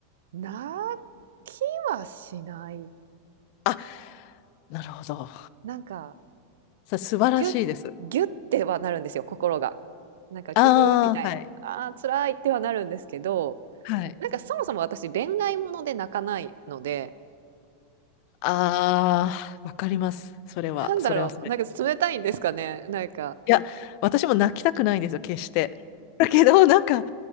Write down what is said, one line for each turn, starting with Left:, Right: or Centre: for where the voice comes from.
Right: 泣きはしない。
Left: あ。あ、なるほど。
Right: なんか、
Left: さ、素晴らしいです。
Right: ギュッぎってはなるんですよ、心が。なんかギューみたいな、
Left: ああ、はい。
Right: あー辛いってはなるんですけど、
Left: はい。
Right: なんかそもそも私恋愛もので泣かないので、
Left: ああ、わかります。それは、
Right: なんだろう、
Left: それは。
Right: なんか冷たいんですかね、なんか、
Left: いや、私も泣きたくないんですよ、決して。だけど、なんか、